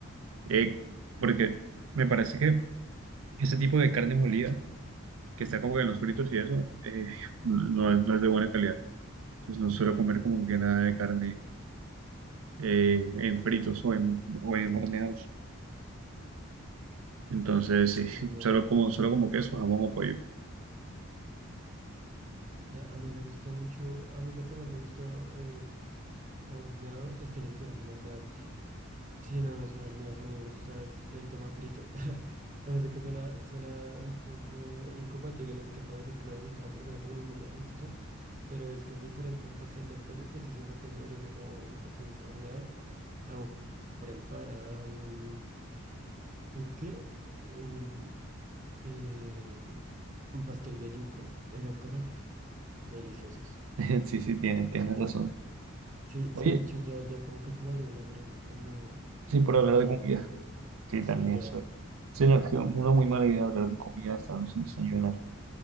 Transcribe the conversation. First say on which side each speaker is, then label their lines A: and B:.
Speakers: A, on the right; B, on the right.
A: eh, porque me parece que ese tipo de carne molida, que está como que en los fritos y eso, eh, no, no es, no es de buena calidad. Entonces no suelo comer como que nada de carne eh, en fritos o en, o en horneados. Entonces sí,
B: Sí, no,
A: <laughs> solo como, solo como queso, jamón o pollo.
B: na- a mí me gusta mucho, a mí lo que más me gusta eh, horneados, es que ni siquiera son horneados. Sí, no, no son horneados. A mí me gusta es el tema frito. <laughs> O sea, sé si que suena, suena un poco incompatible lo que te acabo de decir, que no me gustaba porque era como muy aceitoso. Pero es que es diferente un pastel de pollo, que yo siento que eso debería ser como lo que tú dices, horneado, a un- una empanada, un, un qué, un, eh, un pastel de yuca. Esas cosas, uff, deliciosos.
A: <laughs> Sí, sí, tienes, tienes razón.
B: Sí,
A: oye
B: sí, de hecho ya, ya como que se me abrió el hambre, como
A: Sí, por hablar
B: hablando
A: de comida,
B: de...
A: que también
B: Sí, ya.
A: soy. Se nos quedó una muy mala idea hablar de comida estando sin desayunar.